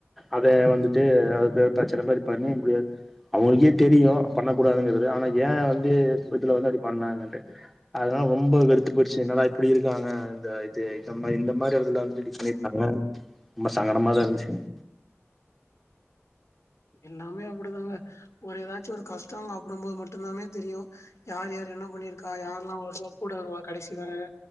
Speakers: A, in the centre; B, on the left (about 85°).
A: அதேய வந்துட்டு அது ப பிரச்சனை மாரி பண்ணி முடியாது அவுங்ளுக்கே தெரியு பண்ணக்கூடாதுங்கறது ஆனா ஏ வந்து இதுல வந்து அப்டி பண்ணாங்கன்ட்டு அத்னாலா ரொம்ப வெறுத்து போய்ட்ச்சு என்னல்லா இப்டி இருக்காங்க இந்த இது நம்ம இந்த மாரி எடத்துல வந்து இப்டி பண்ணிட்டாங்க ரொம்ப சங்கடமா தா இருன்ச்சுங்க
B: எல்லாமே அப்டிதாங்க ஒரு ஏதாச்சு ஒரு கஷ்டோ <unintelligible> போது மட்டுந்தாமே தெரியு யார் யார் என்ன பண்ணிருக்கா யார்ல்லா வருவா கூட வருவா கடைசி வர